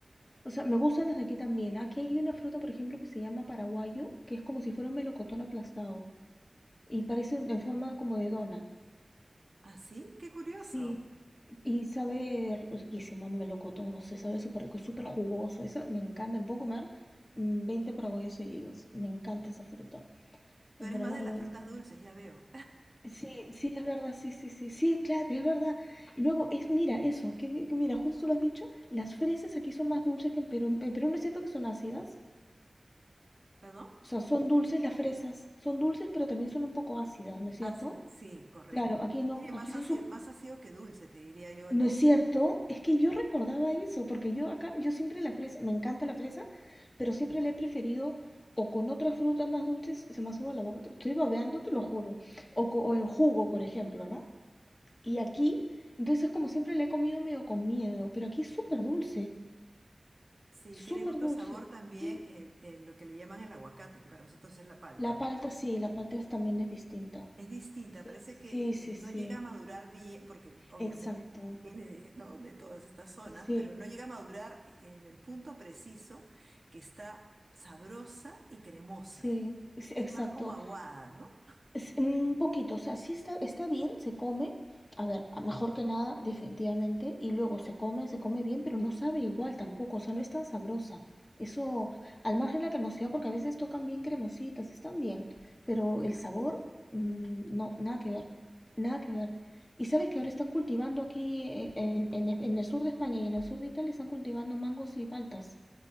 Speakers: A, on the left; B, on the right.
A: O sea, me gustan las de aquí también. Aquí hay una fruta, por ejemplo, que se llama paraguayo, que es como si fuera un melocotón aplastado. Y parece un- en forma como de dona.
B: ¿Ah, sí? Qué curioso.
A: Sí. Y sabe riquísimo, melocotón, no sé, sabe súper rico, súper jugoso. Eso me encanta. Me puedo comer mm, 20 paraguayos seguidos. Me encanta esa fruta.
B: Tú
A: En
B: eres
A: verano
B: más de
A: como
B: las
A: un
B: frutas
A: montón.
B: dulces, ya veo.
A: Sí, sí, es verdad, sí, sí, sí, sí, claro, es verdad. Luego, es, mira, eso, que, mi- que mira, justo lo has dicho, las fresas aquí son más dulces que en Perú. En en Perú no es cierto que son ácidas.
B: <laughs> ¿Perdón?
A: O sea, son dulces las fresas. Son dulces, pero también son un poco ácidas, ¿no es cierto?
B: Ácido, sí, correcto.
A: Claro, aquí no,
B: Tiene
A: aquí
B: más ácido,
A: son
B: más ácido que dulce, te diría yo,
A: ¿No
B: las
A: es
B: de
A: cierto?
B: Perú.
A: Es que yo recordaba eso, porque yo acá, yo siempre la fresa, me encanta la fresa, pero siempre la he preferido o con otras frutas más dulces, se me sube la boca, te- estoy babeando, te lo juro, o, co- o en jugo, por ejemplo, ¿no? Y aquí, entonces como siempre la he comido medio con miedo, pero aquí es súper dulce,
B: Sí, tienen
A: súper
B: otro
A: dulce.
B: sabor también,
A: Sí.
B: el- el- lo que le llaman el aguacate, que para nosotros es la palta,
A: La
B: ¿no?
A: palta sí, la palta es- también es distinta.
B: Es distinta,
A: Sí,
B: parece que
A: sí, sí,
B: eh,
A: sí,
B: no llega a madurar bien, porque el- obviamente
A: exacto.
B: viene de, ¿no? de todas estas zonas,
A: Sí,
B: pero no llega a madurar eh, del punto preciso que está sabrosa y cremosa.
A: sí, sí,
B: Es
A: exacto.
B: más como aguada, ¿no?
A: Es un poquito, o sea, sí está, está bien, se come. A ver, a- mejor que nada, definitivamente. Y luego se come, se come bien, pero no sabe igual tampoco, o sea, no es tan sabrosa. Eso, al margen de la cremosidad, porque a veces tocan bien cremositas, están bien, pero el sabor, mm, no, nada que ver, nada que ver. Y sabes que ahora están cultivando aquí en, en- en- en el sur de España y en el sur de Italia, están cultivando mangos y paltas.